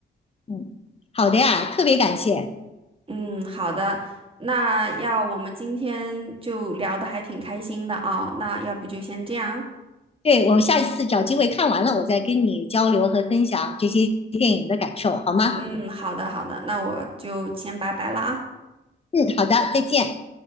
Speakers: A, on the left; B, on the right.
A: 嗯，好的呀，特别感谢。
B: 嗯，好的，那要我们今天就聊得还挺开心的啊，那要不就先这样。
A: 对我下一次找机会看完了，我再跟你交流和分享这些电影的感受，好吗？
B: 嗯，好的，好的，那我就先拜拜了啊。
A: 嗯，好的，再见。